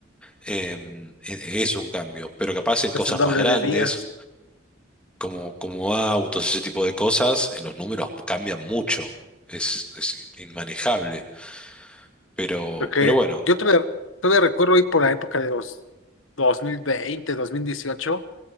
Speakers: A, in the centre; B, on the left (about 80°).
A: em, e- es un cambio. Pero capaz en
B: pues
A: cosas
B: en doble
A: más grandes,
B: de días.
A: como, como autos, ese tipo de cosas, eh, los números cambian mucho. Es, es inmanejable. Pero,
B: Porque
A: pero bueno,
B: yo todavía, todavía recuerdo ir por la época de los dos dos mil veinte, dos mil dieciocho,